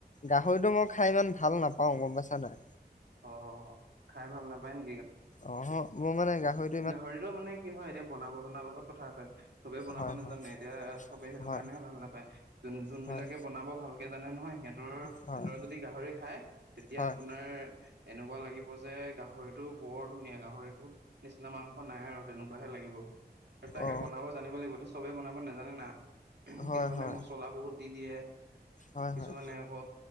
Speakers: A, on the left (about 50°); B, on the right (about 85°).
A: গাহৰিটো মই খাই ইমান ভাল নাপাওঁ গম পাইছা নাই।
B: অ খাই ভাল নাপায় নে
A: অ মই মানে গাহৰি
B: গাহৰিটো মানে কি হয় এতিয়া বনাব জনাৰ লগত কথা আছে, চবেই বনাব
A: হয়
B: নাজানে
A: হয়
B: এতিয়া চবে সেইটো
A: হয়
B: কাৰণেহে ভাল নাপায়, যোনবিলাকে
A: হয়
B: বনাব ভালকে জানে নহয় সিহঁতৰ
A: হয়
B: হাতৰ যদি গাহৰি খায় তেতিয়া
A: হয়
B: আপোনাৰ এনেকুৱা লাগিব যে গাহৰিটো বৰ ধুনীয়া গাহৰিটো নিচিনা মাংস নাই আৰু তেনেকুৱাহে লাগিব। ত তাকে
A: অ
B: বনাব জানিব লাগিবতো। চবে বনাব নাজানে না।
A: হয়
B: কিছুমানে
A: হয়
B: মচলা বহুত দি দিয়ে,
A: হয়
B: কিছুমানে
A: হয়
B: আকৌ